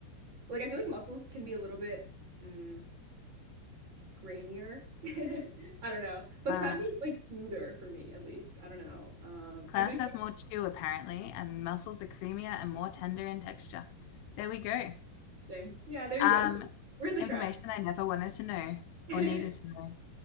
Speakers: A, on the right; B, on the left.
A: like I feel like mussels can be a little bit. mm, grainier. <laughs> I don't know. But
B: Uh,
A: clouds are like smoother for me, at least. I don't know. Um,
B: clams
A: I think
B: have more
A: they're
B: chew apparently, and mussels are creamier and more tender in texture. There we go.
A: interesting. Yeah, there you
B: Um,
A: go. We're at the
B: information
A: track.
B: I never wanted to know
A: <laughs>
B: or needed to know.